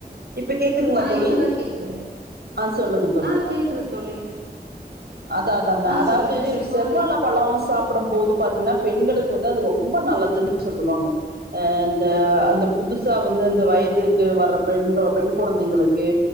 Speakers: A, on the right; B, on the right.
A: இப்ப கேக்குதுங்களா
B: ஆ
A: தோழி
B: இப்பதா கேக்குதுங்க
A: ஆஹ் சொல்லுங்க
B: ஆ கேக்குது தோழி
A: அதா அதாங்க
B: ஆ
A: அதாவது
B: சொல்லுங்க செவ்வாழை
A: செவ்வாழப் பழோ சாப்டம்போது பாத்தீங்னா பெண்களுக்கு வந்து அது ரொம்ப நல்லதுன் சொல்லுவாங்க அ இந்த அந்தப் புதுசா வந்த இந்த வயதுக்கு வர்றப் பெண் கொ பெண் கொழந்தைங்களுக்கு